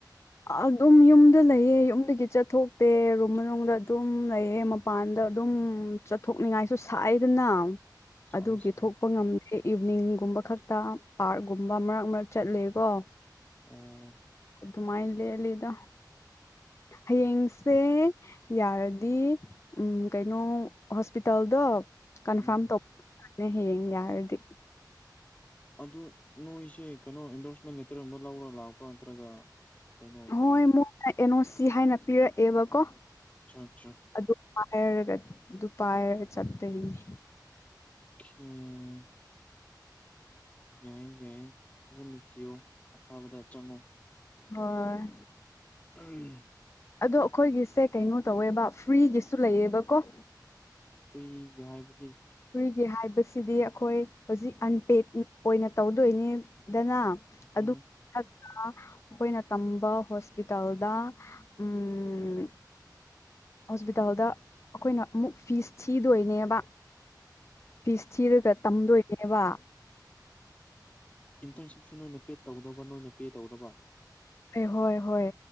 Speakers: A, on the left (about 40°); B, on the left (about 20°).
A: ꯑꯗꯨꯝ ꯌꯨꯝꯗ ꯂꯩꯑꯦ ꯌꯨꯝꯗꯒꯤ ꯆꯠꯊꯣꯛꯇꯦ ꯔꯨꯝ ꯃꯅꯨꯡꯗ ꯑꯗꯨꯝ ꯂꯩꯌꯦ ꯃꯥ ꯄꯥꯟꯗ ꯑꯗꯨꯝ ꯆꯠꯊꯣꯛꯅꯤꯡꯉꯥꯏꯁꯨ ꯁꯥꯏꯗꯅ
B: ꯁꯥꯏꯟꯁ
A: ꯑꯗꯨꯒꯤ ꯊꯣꯛꯄ ꯉꯝ ꯑꯦ ꯏꯚꯅꯤꯡꯒꯨꯝꯕ ꯈꯛꯇ ꯄꯥꯔꯛꯀꯨꯝꯕ ꯃꯔꯛ ꯃꯔꯛ ꯆꯠꯂꯦꯀꯣ꯫
B: ꯑꯣ
A: ꯗꯨꯃꯥꯏ ꯂꯦꯟꯂꯤꯗꯥ ꯍꯌꯦꯡꯁꯦ ꯌꯥꯔꯗꯤ ꯎꯝ ꯀꯩꯅꯣ ꯍꯣꯁꯄꯤꯇꯥꯜꯗꯣ ꯀꯟꯐꯥꯔꯝ
B: ꯎꯝ
A: ꯇꯧꯕꯅꯦ ꯍꯌꯦꯡ ꯌꯥꯔꯗꯤ
B: ꯑꯗꯨ ꯅꯣꯏꯁꯦ ꯀꯩꯅꯣ ꯑꯦꯟꯗꯣꯔꯁꯃꯦꯟ ꯂꯦꯇꯔ ꯑꯃ ꯂꯧꯔꯥ ꯂꯥꯛꯄ꯭ꯔꯥ ꯅꯠꯇ꯭ꯔꯒ ꯀꯩꯅꯣ
A: ꯍꯣꯏ
B: ꯀꯔꯤꯒ
A: ꯃꯣꯏꯅ ꯑꯦꯟ ꯑꯣ ꯁꯤ ꯍꯥꯏꯅ ꯄꯤꯔꯛꯑꯦꯕꯀꯣ
B: ꯑꯆꯥ ꯑꯆꯥ
A: ꯑꯗꯨ ꯄꯥꯏꯔꯒ ꯑꯗꯨ ꯄꯥꯏꯔꯒ ꯆꯠꯇꯣꯏꯅꯦ꯫
B: <inaudible> ꯌꯥꯏ ꯌꯥꯏ ꯐꯖꯅ ꯊꯤꯌꫭ ꯑꯐꯕꯗ ꯆꯪꯉꯣ꯫
A: ꯍꫭꯏ
B: ꯎꯝ꯫
A: ꯑꯗꯣ ꯑꯩꯈꯣꯏꯒꯤꯁꯦ ꯀꯩꯅꯣ ꯇꯧꯋꯦꯕ ꯐ꯭ꯔꯤꯒꯤꯁꯨ ꯂꯩꯌꯦꯕꯀꯣ
B: ꯐ꯭ꯔꯤꯒꯤ ꯍꯥꯏꯕꯗꯤ
A: ꯐ꯭ꯔꯤꯒꯤ ꯍꯥꯏꯕꯁꯤꯗꯤ ꯑꯩꯈꯣꯏ ꯍꯧꯖꯤꯛ ꯑꯟꯄꯦꯠ ꯑꯣꯏꯅ ꯇꯧꯗꯣꯏꯅꯤ ꯗꯅꯥ
B: ꯎꯝ
A: ꯑꯗꯨ ꯊꯥꯠ ꯑ ꯑꯩꯈꯣꯏꯅ ꯇꯝꯕꯥ ꯍꯣꯁꯄꯤꯇꯥꯜꯗ ꯎꯝ ꯍꯣꯁꯄꯤꯇꯥꯜꯗ ꯑꯩꯈꯣꯏꯅ ꯑꯃꯨꯛ ꯐꯤꯁ ꯊꯤꯗꯣꯏꯅꯦꯕ ꯄꯤꯁ ꯊꯤꯔꯒ ꯇꯝꯗꯣꯏꯅꯦꯕ
B: ꯏꯟꯇꯔꯟꯁꯤꯞꯁꯨ ꯅꯣꯏꯅ ꯄꯦꯠ ꯇꯧꯒꯗꯕ ꯅꯣꯏꯅ ꯄꯦ ꯇꯧꯒꯗꯕ
A: ꯍꯣꯏ ꯍꯣꯏ